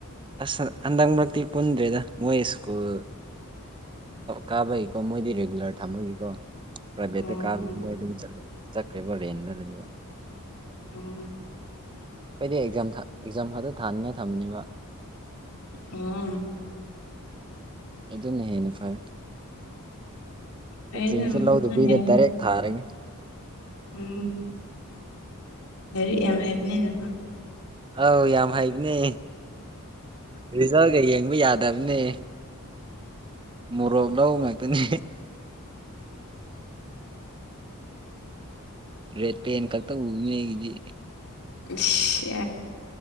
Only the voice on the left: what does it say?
ꯑꯣ
ꯑꯣ
ꯑ
ꯐꯩꯗ
ꯑꯗꯨꯁꯨ
ꯌꯥꯏꯗ꯫
ꯎꯝ ꯂꯥꯏꯔꯤꯛ ꯌꯥꯝ ꯍꯥꯏꯕꯅꯤꯅ
ꯁꯦ